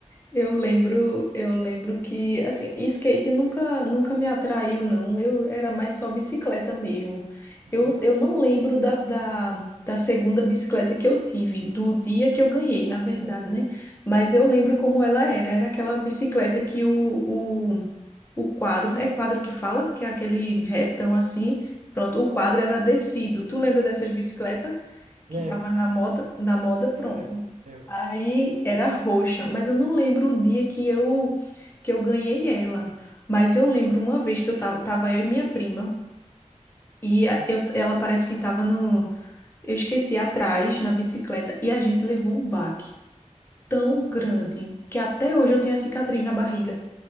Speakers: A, on the left; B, on the right.
A: Eu lembro, eu lembro que assim, skate nunca, nunca me atraiu, não. Eu era mais só bicicleta mesmo.
B: Uhum.
A: Eu, eu não lembro da, da, da segunda bicicleta que eu tive, do dia que eu ganhei, na verdade, né? Mas eu lembro como ela era. Era aquela bicicleta que o, o O quadro, é quadro que fala, que é aquele retão
B: É,
A: assim. Pronto, o quadro era descido. Tu lembra dessas bicicletas que
B: Lembro,
A: tava na moda, na moda, pronto.
B: lembro, lembro.
A: Aí era roxa, mas eu não lembro o dia que eu que eu ganhei ela. Mas eu lembro uma vez que eu tava, tava eu e minha prima e a-
B: Hum,
A: eu- ela parece que tava no, eu esqueci atrás na bicicleta e a gente levou um baque tão grande que até hoje eu tenho a cicatriz na barriga.